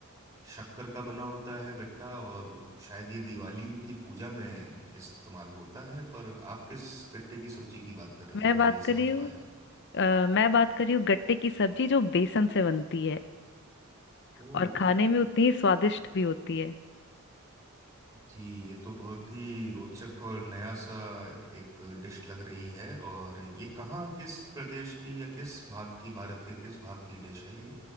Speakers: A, on the right; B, on the left.
A: शक्कर का बना होता है गट्टा और शायद ये दिवाली की पूजा में इस्तेमाल होता है पर आप किस गट्टे की सब्जी की बात कर रही
B: मैं
A: हैं
B: बात
A: मैं नहीं
B: कर
A: समझ
B: रही हूँ
A: पाया
B: अ, मैं बात कर रही हूँ गट्टे की सब्जी जो बेसन से बनती है
A: ओ
B: और खाने में उतनी ही स्वादिष्ट भी होती है
A: जी ये तो बहुत ही रोचक और नया सा एक डिश लग रही है और ये कहाँ किस प्रदेश की या किस भाग की भारत के किस भाग की डिश है ये